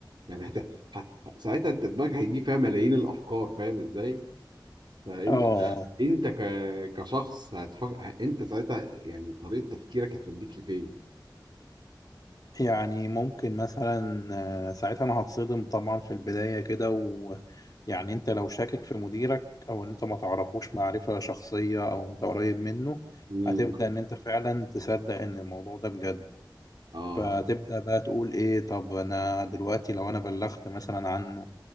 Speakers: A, on the right (about 70°); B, on the left (about 50°).
A: يعني هت... هت... ساعتها انت دماغك هيجي فيها ملايين الأفكار فاهم ازاي فانت
B: اه
A: <laughs> انت ك... كشخص هتفكر انت ساعتها يعني طريقة تفكيرك هتوديك لفين
B: يعني ممكن مثلا آه، ساعتها انا هتصدم طبعا في البداية كده ويعني انت لو شاكك في مديرك او انت ما تعرفوش معرفة شخصية او انت قريب منه
A: امم
B: هتبدأ ان انت فعلا تصدق ان الموضوع ده بجد
A: اه
B: فتبدأ بقى تقول ايه طب انا دلوقتي لو انا بلغت مثلا عنه